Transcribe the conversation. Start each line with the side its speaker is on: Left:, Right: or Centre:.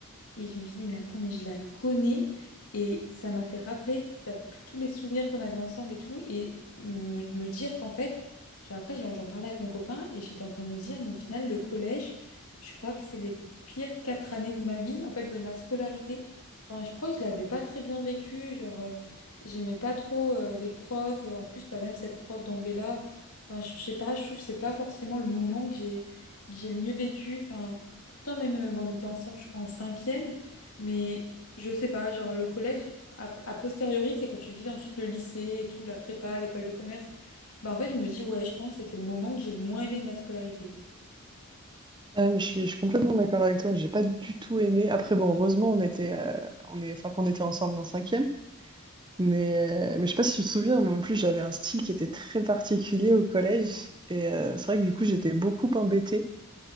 Left: Et je me suis dit, mais attends, mais je la connais. Et ça m'a fait rappeler que- bah, tous les souvenirs qu'on avait ensemble et tout. Et me, me dire qu'en fait, j'ai- après, j'en j'en parlais avec mon copain et j'étais en train de me dire, mais au final, le collège, je crois que c'est les pires quatre années de ma vie, en fait, de ma scolarité. Enfin, je crois que je l'avais pas très bien vécu. Genre, euh, j'aimais pas trop euh, les profs. euh, En plus, bah, même cette prof d'anglais-là. Enfin, je je sais pas, je trouve que c'est pas forcément le moment que j'ai que j'ai le mieux vécu. Enfin, Pourtant, même, euh, bon, on était ensemble, je crois, en cinquième, mais je sais pas, genre le collège, a, a posteriori, c'est quand tu vis ensuite le lycée et tout, la prépa, l'école de commerce, bah en fait, je me dis, ouais, je pense que c'était le moment que j'ai le moins aimé de ma scolarité.
Right: Ah, je suis, je suis complètement d'accord avec toi, j'ai pas du tout aimé. Après, bon, heureusement, on était, euh, on est, enfin, qu'on était ensemble en cinquième, mais, euh, mais je sais pas si tu te souviens, mais en plus, j'avais un style qui était très particulier au collège, et euh, c'est vrai que du coup, j'étais beaucoup embêtée.